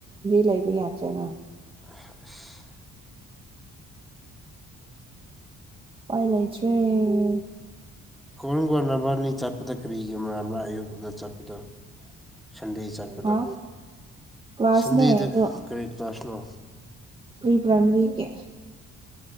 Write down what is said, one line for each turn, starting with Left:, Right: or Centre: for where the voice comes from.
Right: <unintelligible> ꯂꯩꯕ ꯌꯥꯗ꯭ꯔꯦ ꯅꯪ
Centre: ꯑꯁ
Right: ꯄꯥꯏ ꯂꯩꯇꯔꯦ
Centre: ꯀꯣꯟ ꯀꯣꯟ ꯅꯕꯟꯅꯤ ꯆꯠ ꯄꯗ ꯀꯔꯤ ꯌꯨꯝꯔꯝꯕ ꯑꯌꯨꯛꯗ ꯆꯠꯄꯗꯣ ꯁꯟꯗꯦ ꯆꯠꯄꯗꯣ
Right: ꯍꯥ ꯀ꯭ꯂꯥꯁꯅꯦ
Centre: ꯁꯟꯗꯦꯗ
Right: ꯑꯗꯣ
Centre: ꯀꯔꯤ ꯀ꯭ꯂꯥꯁꯅꯣ
Right: ꯄ꯭ꯔꯤ ꯄ꯭ꯔꯥꯏꯃꯔꯤ ꯒꯤ